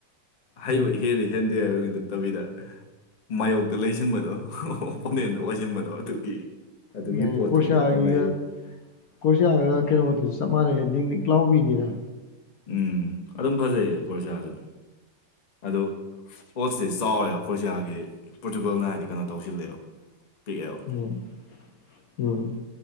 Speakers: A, on the left; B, on the left.
A: ꯍꯩꯕ
B: ꯎꯝ
A: ꯍꯦꯜꯂꯤ ꯍꯦꯟꯗꯦ ꯍꯥꯏꯕꯒꯤ ꯅꯇꯕꯤꯗ ꯃꯥꯌꯣꯛꯇ ꯂꯩꯁꯤꯟꯕꯗꯣ ꯑꯣꯄꯣꯅꯦꯟꯗ ꯑꯣꯏꯁꯤꯟꯕꯗꯣ ꯑꯗꯨꯒꯤ ꯑꯗꯨꯒꯤ
B: ꯎꯝ
A: ꯄꯣꯠꯇꯨꯅꯤꯗ
B: ꯀ꯭ꯔꯣꯁꯤꯌꯥꯒꯤ
A: ꯇꯧꯅꯔꯤ
B: ꯀ꯭ꯔꯣꯁꯤꯌꯥꯒ ꯀꯩꯅꯣꯗꯨꯁꯨ ꯆꯞ ꯃꯥꯟꯅꯩ ꯅꯤꯛ ꯅꯤꯛ ꯂꯥꯎꯕꯤꯅꯤꯗ
A: ꯎꯝ ꯑꯗꯨꯝ ꯐꯖꯩꯌꯦ ꯈꯣꯔꯁꯥꯁꯨ ꯑꯗꯨ ꯄꯣꯠꯁꯦ ꯆꯥꯎꯔꯦꯕ ꯀ꯭ꯔꯣꯁꯤꯌꯥꯒꯤ ꯄꯣꯔꯇꯨꯒꯜꯅ ꯍꯥꯏꯗꯤ ꯀꯩꯅꯣ ꯇꯧꯁꯤꯜꯂꯦꯕ ꯄꯤꯛꯑꯦꯕ
B: ꯎꯝ ꯎꯝ